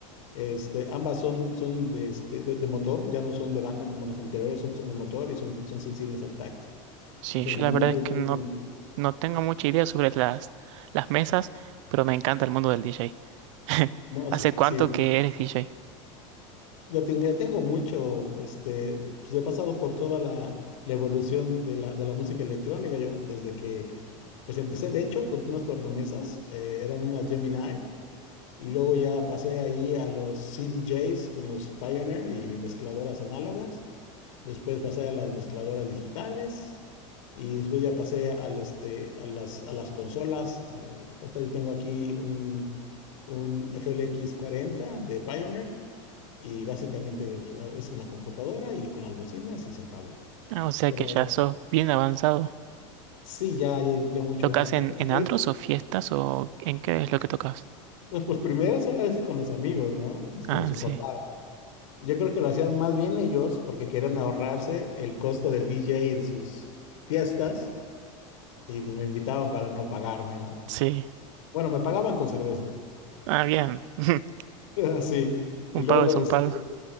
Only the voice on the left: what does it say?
Este, ambas son, son de, este, de, de motor, ya no son de banda como las anteriores, son, son de motor y son, son sensibles al tacto.
Yo soy
muy,
muy...
con-
No,
sí,
sí.
Ya, ten- ya tengo mucho, este, pues he pasado por toda la, la evolución de la, de la música electrónica, yo, desde que, pues empecé de hecho con unas tornamesas, eh, eran unas Gemini, y luego ya pasé ahí a los CDJs con los Pioneer y mezcladoras análogas, después pasé a las mezcladoras digitales, y después ya pasé al, este, a las, a las consolas, eh, ahorita yo tengo aquí un, un FLX40 de Pioneer, y básicamente pues, ah, es en la computadora y con las bocinas y se acabó.
Pero
sí, ya, ya, ya mucho.
A- a-
a ti
te-
no, Pues primero solamente con los amigos, ¿no? Pues
que me soportaran.
Yo creo que lo hacían más bien ellos porque querían ahorrarse el costo del DJ en sus fiestas y pues me invitaban para no pagarme, ¿no?
Bueno, me pagaban con cerveza.
<laughs> Sí.
Y luego,
este,